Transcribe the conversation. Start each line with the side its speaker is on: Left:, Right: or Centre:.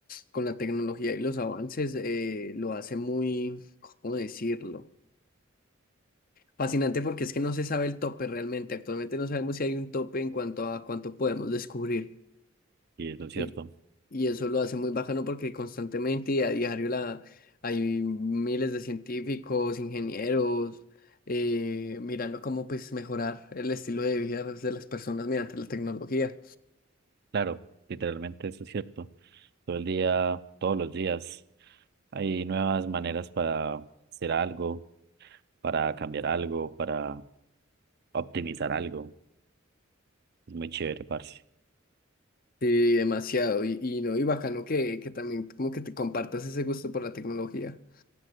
Left: con la tecnología y los avances eh, lo hace muy, ¿cómo decirlo? Fascinante porque es que no se sabe el tope realmente. Actualmente no sabemos si hay un tope en cuanto a cuánto podemos descubrir.
Right: y eso es cierto.
Left: Y, y eso lo hace muy bacano porque constantemente y a diario la, hay miles de científicos, ingenieros, eh, mirando cómo pues mejorar el estilo de vida pues, de las personas mediante la tecnología.
Right: Claro, literalmente eso es cierto. Todo el día, todos los días, hay nuevas maneras para hacer algo, para cambiar algo, para optimizar algo. Es muy chévere, parce.
Left: Sí, demasiado. Y, y no, y bacano que, que también como que te compartas ese gusto por la tecnología.